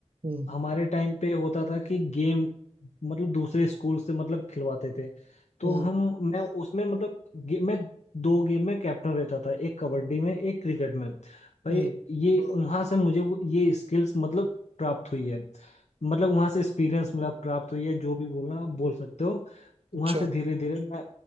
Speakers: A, on the right (about 55°); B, on the left (about 75°).
A: हम्म
B: हमारे टाइम पे होता था कि गेम मतलब दूसरे स्कूल से मतलब खिलवाते थे तो
A: हम्म
B: हम मैं उसमें मतलब गे, मैं दो गेम में कैप्टन रहता था एक कबड्डी में एक क्रिकेट में भाई
A: हम्म,
B: ये वहां से मुझे वो- ये स्किल्स मतलब प्राप्त हुई है मतलब वहां से एक्सपीरियंस मिला प्राप्त हुई है जो भी बोलना आप बोल सकते हो
A: अच्छा
B: वहां से धीरे धीरे मैं